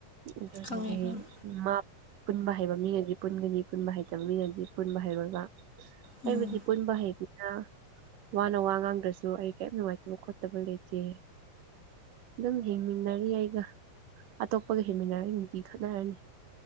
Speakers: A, on the right; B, on the left.
A: ꯌꯨꯝ ꯆꯠꯈꯤꯒꯦ
B: ꯈꯪꯉꯦ ꯈꯪꯉꯦ
A: ꯃꯥ ꯄꯨꯟꯕ ꯍꯩꯕ ꯃꯤꯅꯗꯤ ꯄꯨꯟꯒꯅꯤ ꯄꯨꯟꯕ ꯍꯩꯇꯕ ꯃꯤꯅꯗꯤ ꯄꯨꯟꯕ ꯍꯩꯔꯣꯏ ꯃꯥ
B: ꯎꯝ
A: ꯑꯩꯕꯨꯗꯤ ꯄꯨꯟꯕ ꯍꯩꯕꯤ ꯅ ꯃꯥꯅ ꯋꯥ ꯉꯥꯡꯗ꯭ꯔꯁꯨ ꯑꯩ ꯀꯦꯝ ꯅꯨꯡꯉꯥꯏꯇꯕ ꯈꯣꯠꯇꯕ ꯂꯩꯇꯦ ꯑꯗꯨꯝ ꯍꯤꯡꯃꯤꯟꯅꯔꯤ ꯑꯩꯒ ꯑꯇꯣꯞꯄꯒ ꯍꯦꯟꯃꯤꯟꯅꯔꯗꯤ ꯅꯨꯡꯇꯤ ꯈꯠꯅꯔꯅꯤ